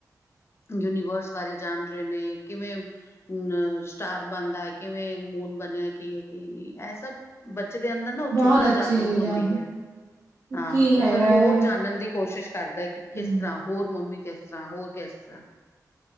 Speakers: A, on the left; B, on the right.
A: ਯੂਨੀਵਰਸ ਬਾਰੇ ਜਾਣ ਰਹੇ ਨੇ ਕਿਵੇਂ ਅਮ ਸਟਾਰ ਬਣਦਾ ਹੈ ਕਿਵੇਂ ਮੂਨ ਬਣਿਆ ਕੀ ਹੈ ਕੀ ਨਹੀਂ ਇਹ ਸਭ ਬੱਚੇ ਦੇ ਅੰਦਰ ਨਾ ਉਤਸੁਕਤਾ
B: ਬਹੁਤ ਅੱਛੀ
A: ਜਾਗਰੂਕ
B: ਚੀਜ਼ਾਂ
A: ਹੁੰਦੀ ਹੈ ਹਾਂ
B: ਕੀ
A: ਉਹ
B: ਹੈਗਾ
A: ਫੇਿਰ ਹੋਰ
B: ਹੈ
A: ਜਾਣਨ ਦੀ ਕੋਸ਼ਿਸ਼ ਕਰਦਾ ਕਿ ਕਿਸ
B: ਹਮ
A: ਤਰ੍ਹਾਂ ਹੋਰ ਮੰਮੀ ਕਿਸ ਤਰ੍ਹਾਂ ਹੋਰ ਕਿਸ ਤਰ੍ਹਾਂ